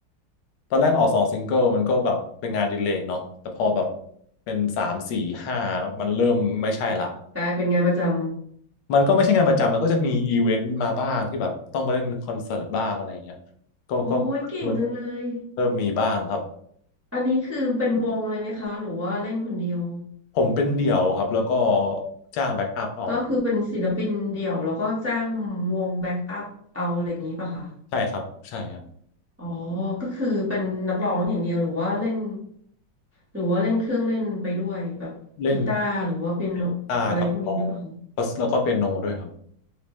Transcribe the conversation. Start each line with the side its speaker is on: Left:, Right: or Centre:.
Left: ตอนแรกออกสองซิงเกิลมันก็แบบเป็นงานอดิเรกเนาะแต่พอแบบเป็นสามสี่ห้ามันเริ่มไม่ใช่ละ
Right: กลายเป็นงานประจำ
Left: มันก็ไม่ใช่งานประจำมันก็จะมีอีเวนต์มาบ้างที่แบบต้องไปเล่นคอนเสิร์ตบ้างอะไรเงี้ยก็ก็เริ่ม
Right: โอ้ยเก่งจังเลย
Left: เริ่มมีบ้างครับ
Right: อันนี้คือเป็นวงเลยไหมคะหรือว่าเล่นคนเดียว
Left: ผมเป็นเดี่ยวครับแล้วก็จ้างแบ็กอัพเอา
Right: ก็คือเป็นศิลปินเดี่ยวแล้วก็จ้างวงแบ็กอัพเอาอะไรอย่างนี้ป่ะคะ
Left: ใช่ครับใช่ครับ
Right: อ๋อก็คือเป็นนักร้องอย่างเดียวหรือว่าเล่นหรือว่าเล่นเครื่องเล่นไปด้วยแบบกีตาร์หรือว่าเป็นโนอะไรพวกนี้ด้วยป่ะ
Left: เล่นกีตาร์กับกลองแล้วก็เปียโนด้วยครับ